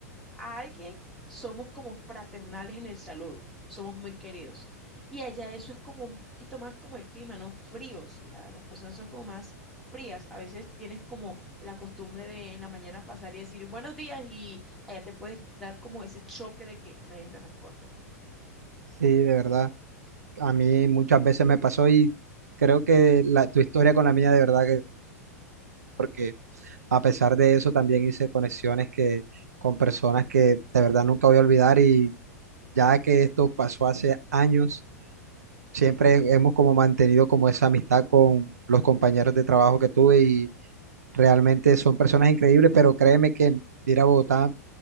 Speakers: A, in the centre; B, on the right (about 70°).
A: a alguien, somos como fraternales en el saludo, somos muy queridos. Y allá eso es como un poquito más como el clima, ¿no? Fríos, la- las personas son como más frías. A veces tienes como la costumbre de en la mañana pasar y decir buenos días y allá te puedes dar como ese choque de que nadie te responde.
B: Sí, de verdad, a mí muchas veces me pasó y creo que la, tu historia con la mía de verdad que porque a pesar de eso también hice conexiones que con personas que de verdad nunca voy a olvidar y ya que esto pasó hace años siempre hemos como mantenido como esa amistad con los compañeros de trabajo que tuve y realmente son personas increíbles, pero créeme que ir a Bogotá